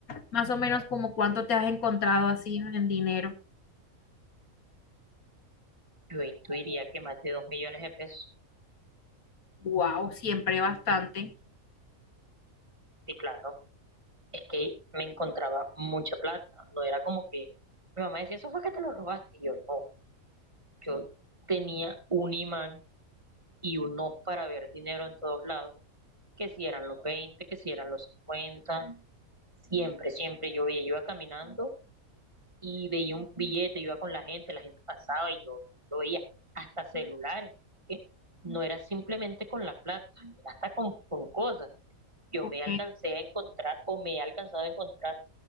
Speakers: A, on the left; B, on the right.
A: más o menos como cuánto te has encontrado así en dinero.
B: Yo intuiría que más de dos millones de pesos.
A: Wow, siempre bastante.
B: Sí, claro. Es que me encontraba mucha plata. No era como que mi mamá decía, eso fue que te lo robaste. Y yo, no. Yo tenía un imán y un ojo para ver dinero en todos lados. Que si eran los veinte que si eran los cincuenta Siempre, siempre yo veía. Yo iba caminando y veía un billete, yo iba con la gente, la gente pasaba y yo lo veía. Hasta celulares. que No era simplemente con la plata, era hasta con, con cosas. yo
A: Ok,
B: me alcancé a encontrar o me he alcanzado a encontrar